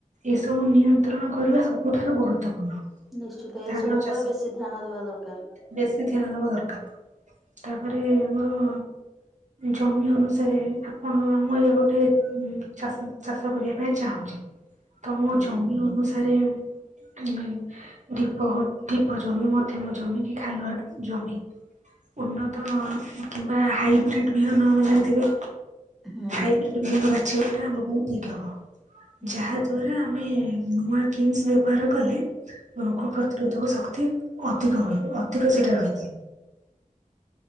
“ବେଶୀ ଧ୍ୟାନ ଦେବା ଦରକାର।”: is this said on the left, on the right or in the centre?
Centre